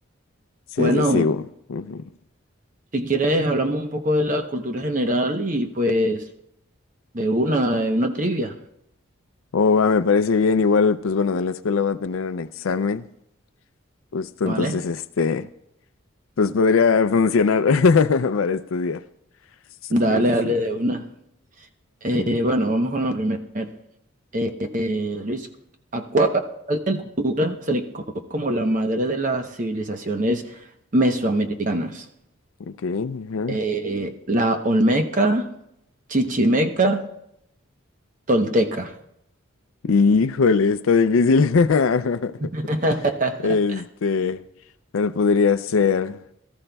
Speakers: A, on the left; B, on the right.
A: sí,
B: Bueno,
A: sí, sigo. ujú.
B: si quieres, hablamos un poco de la cultura general y pues de una, de una trivia,
A: Oh, va, me parece bien, igual, pues bueno, de la escuela va a tener un examen, justo
B: ¿vale?
A: entonces, este, pues podría funcionar <laughs> para estudiar. Así
B: Dale,
A: es,
B: dale,
A: así
B: de una. Eh,
A: es.
B: bueno, vamos con la primera. Eh, Luis, ¿a cuál de la cultura se le conoce como la madre de las civilizaciones mesoamericanas?
A: Ok, ajá.
B: Eh, la Olmeca, Chichimeca, Tolteca.
A: Híjole, está difícil. <laughs>
B: <laughs>
A: Este, ¿cuál podría ser?